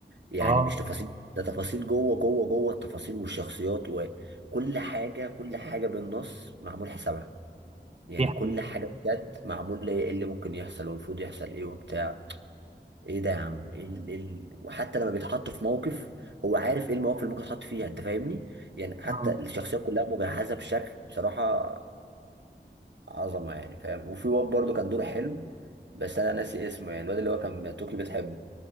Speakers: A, on the right; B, on the right.
A: يعني
B: اه
A: مش تفاصيل ده تفاصيل جوه جوه جوه التفاصيل والشخصيات وكل حاجه كل حاجه بالنص معمول حسابها يعني
B: دي حقيقة
A: كل حاجه بجد معمول ليه ايه اللي ممكن يحصل والمفروض يحصل ايه وبتاع ايه ده يا عم ال... ال... وحتى لما بيتحط في موقف هو عارف ايه المواقف اللي ممكن يتحط فيها انت فاهمني يعني حتى
B: اه
A: الشخصيه كلها مجهزه بشكل بصراحه عظمه يعني فاهم وفي واد برضه كان دوره حلو بس انا ناسي اسمه يعني الواد اللي هو كان توكي بتحبه